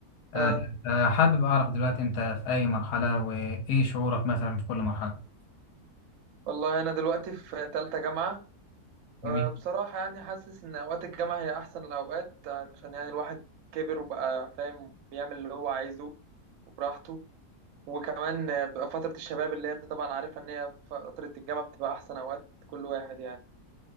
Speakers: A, on the left; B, on the right.
A: آه،
B: آه
A: آه، حابب أعرف دلوقتي أنت في أي مرحلة وإيه شعورك مثلا في كل مرحلة
B: والله أنا دلوقتي في تالتة جامعة
A: جميل
B: آه بصراحة يعني حاسس إن أوقات الجامعة هي أحسن الأوقات علشان يعني الواحد كبر وبقى فاهم بيعمل اللي هو عايزه وبراحته وكمان آه، بتبقى فترة الشباب اللي أنت طبعا عارفها إن هي فترة الجامعة بتبقى أحسن أوقات كل واحد يعني